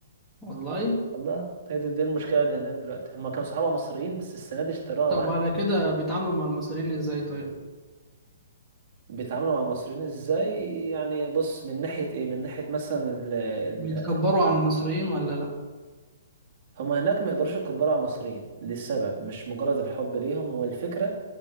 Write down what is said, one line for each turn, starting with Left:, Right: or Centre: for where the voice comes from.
Centre: والله
Right: والله هي دي, دي المشكلة اللي هناك دلوقتي هما كانوا صحابها مصريين بس السنة دي اشتروها
Centre: طب
Right: واحد
Centre: وعلى كده بيتعاملوا مع المصريين إزاي طيب؟
Right: بيتعاملوا مع المصريين ازاي يعني بص من ناحية ايه من ناحية مثلا ال ال
Centre: بيتكبروا على المصريين ولا لأ؟
Right: هما هناك ما يقدروش يكبروا على المصريين لسبب مش مجرد الحب ليهم هو الفكرة